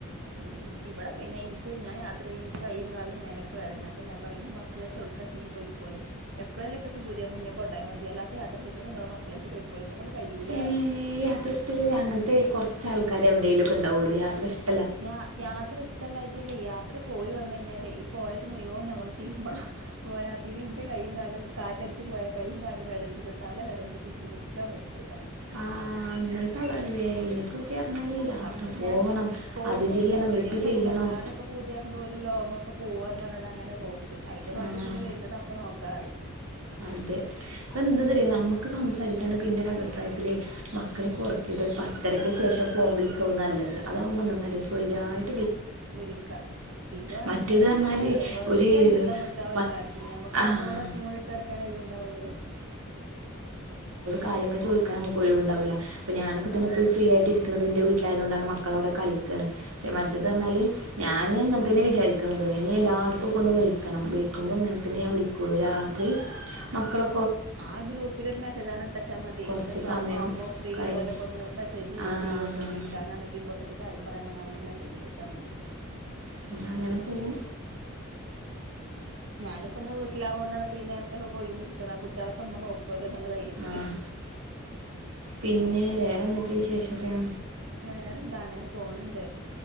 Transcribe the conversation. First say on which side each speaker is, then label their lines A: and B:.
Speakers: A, on the right (about 65°); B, on the right (about 85°).
A: ഉം ഇവിടെ പിന്നെ എനിക്ക് ഞാൻ യാത്ര ചെയ്യ എനിക്ക് കയ്യും കാലും മേലെ വേദന അപ്പ ഞാൻ പറ മക്കളായിട്ട ഒടുക്കാ ചെങ്ങ പോയിോളി എപ്പോഴേുംക്കെ ചോതിയാുമ്പോ ഉണ്ടായി മതിയല്ലാത്ത യാത്രൾങ്ങങ്ങള് മക്കളേക്ക് പോയിക്കോളി ഇന്നെക്കൊണ്ട് കയ്യൂലാ
B: ഏ
A: പറയും
B: യാത്ര ഇഷ്ടമേ അങ്ങനത്തെ കുറച്ച്ൾക്കാരെ എവിടെേലും ഒക്കെ ഉണ്ടാവുള്ളൂ യാത്ര ഇഷ്ട
A: യാ യാത്ര ഇഷ്ടമല്ലായിട്ടില്ലേ യാത്ര പോയി വന്ന കഴിഞ്ഞാൽ അല്ലെ ഈ പോയത് മുയോ ഞമ്മൾ രുമ്പണം പോരാ അതിന് ഇന്റെ കൈും കാലും കാറ്റടിച്ചു പോയാൽ കൈയ്യും കാലും വേദനിച്ചിട്ടെത്താലേ വേദനിച്ചിട്ട് നിനക്ക് നിക്കാൻ വഴക്കൂല
B: ആഹ് അങ്ങനത്തെ ആളാണല്ലേ എനിക്കൊക്കെ പറഞ്ഞാല് യാത്ര
A: അപ്പൊ
B: പോവണം
A: ഞാൻ പോകും
B: അത് ചെയ്യണം
A: എപ്പോഴേലുംക്കെ
B: ഇത് ചെയ്യണം
A: വല്ലാതെൊക്കെ പൂതിയാവുമ്പോ ഒരു ലോങ്ക്കെ പോവാന്ന് പറഞ്ഞ അങ്ങനെ പോകും പി അതിന്റെ ബാക്കി
B: ആഹ്
A: പിന്നെ വരുന്നത് അപ്പ നോക്കാന്ന് പറയും
B: അതെ ഇപ്പൊ എന്തന്ന നമ്മുക്ക് സംസാരിക്കാനക്ക ഇന്ത്യൻ അഭിപ്രായത്തില് മക്കളെ കുറക്കത് ഒരു പത്തരക്ക് ശേഷം ഫോം വിളിക്ക നല്ലത് അതാവകുമ്പോന്നവയായിട്ട്
A: വിളിക്ക ഇത് അങ്ങനത്തെ
B: മറ്റേത്
A: ഇന്നോടെ
B: പറഞ്ഞാല്
A: ദിവസം
B: ഒരു
A: യുദ്ധം വിട്ടു ആ ഒരു
B: പത്ത്
A: കാര്യത്തിന് ഞ നമുക്ക്
B: ആഹ്
A: മക്കളോട് ഒച്ചിമളിട്ട് അടക്കാൻ അഴവുണ്ടാവുള്ളു
B: കാര്യങ്ങ ചോദിക്കാ നമുക്ക് ഒിവു ഉണ്ടാവില്ലപ്പ നൊക്കെന്നെയി
A: ആഹ്
B: ഫ്രീ ആയിട്ട ഇരിക്കുന്നത് എന്റെ വീ ായതൊണ്ട മക്കളവിടെ കളിക്ക പക്ഷെ മറ്റത് പറാല് ഞൻ അങ്ങെ തന്നെ വിചാരിക്കുന്നത് ഇല്ല ആർക്കൊ ഒന്ന് വിളിക്കണം വിളിക്കുമ്പോ ഇങ്ങനെെ വിളിക്കുള്ളൂ രാത്രി മക്കളൊ
A: ആഹ ആ ഗ്രൂപ്പില ഒരു മെസേജ ആണ് ഇട്ടച്ചാൽ മതി
B: കുറച്ച്
A: ഇത്രം
B: സമയം
A: ആുമ്പോൾ ഫ്രീ
B: കഴിഞ്ഞ്
A: ഉള്ളതിലൊക്കെ ഒന്ന് മെസ്സേജ്
B: ആഹ്
A: ചെയ്യുകൊണ്ട്ള കാന ഇമ്പോർട്ടന്റ് കാര്യം പറയാന മെസജ ഇട്ടച്ചാൽ മതി
B: പിന്ന അങ്ങനെ പോകും
A: ഞാനിപ്പൊ ഒന്ന് വീട്ടിലാവകോണ്ടാണ്ണപ്പ ഈ നേരത്തെൊക്കെ കൊയിഞ്ഞിരിക്കണ കുട്ടികളക്കെ അമ്മ നോക്കും പോലെന്നുള്ള ധൈര്യത്തില്
B: ആഹ് പിന്നെ വേറെന്തൊക്കെയ വിശേഷമൊക്കെയ
A: വേറെന്താ അങ്ങനെ പോണണ്ട്